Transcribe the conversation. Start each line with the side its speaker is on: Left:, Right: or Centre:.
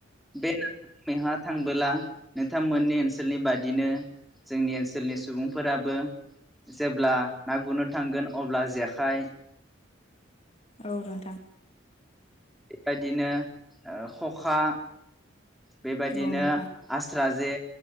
Centre: बे नाहा मैहा थांबोला नोंथांमोननि ओनसोलनि बादिनो जोंनि ओनसोलनि सुबुंफोराबो जेब्ला ना गुरनो थांगोन अब्ला जेखाइ
Left: औ नोंथां‌‌।
Centre: बेबादिनो ओ खखा बेबायदिनो
Left: औ नोंथां
Centre: आस्रा जे